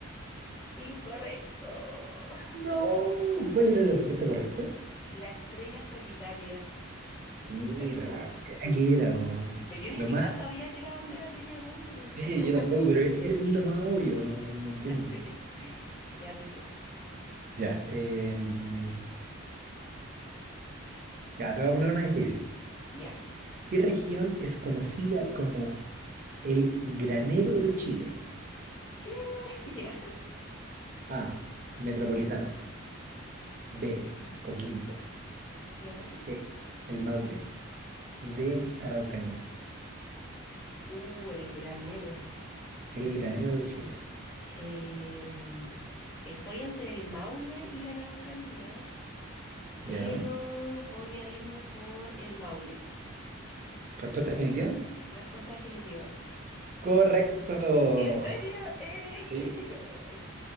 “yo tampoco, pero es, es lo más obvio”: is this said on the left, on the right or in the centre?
Right